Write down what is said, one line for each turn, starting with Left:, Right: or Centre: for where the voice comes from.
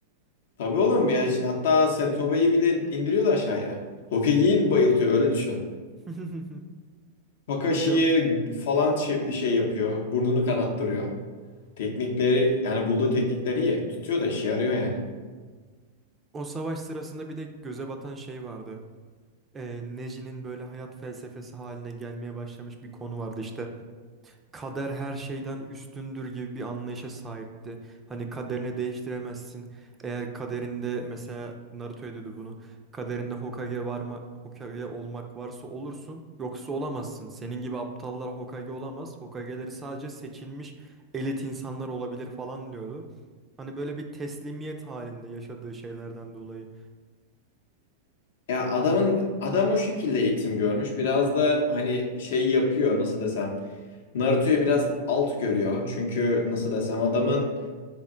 Left: Tabii oğlum ya ş- hatta Sarutoba'yı bile indiriyordu aşağıya. Hokage'yi bayıltıyor öyle düşün.
Right: <laughs>
Left: Kakashi'yi
Right: Hocam
Left: falan çev- şey yapıyor. Burnunu kanattırıyor. Teknikleri yani bulduğu teknikleri iyi. Tutuyor da işe yarıyor yani.
Right: o savaş sırasında bir de göze batan şey vardı. e, Neji'nin böyle hayat felsefesi haline gelmeye başlamış bir konu vardı işte. Kader her şeyden üstündür gibi bir anlayışa sahipti. Hani kaderini değiştiremezsin. Eğer kaderinde mesela Naruto ediyordu bunu. Kaderinde Hokage varma Hokage olmak varsa olursun, yoksa olamazsın. Senin gibi aptallar Hokage olamaz. Hokage'leri sadece seçilmiş elit insanlar olabilir falan diyordu. Hani böyle bir teslimiyet halinde yaşadığı şeylerden dolayı.
Left: Ya adamın adam o şekilde eğitim görmüş. Biraz da hani şey yapıyor nasıl desem. Naruto'yu biraz alt görüyor. Çünkü nasıl desem adamın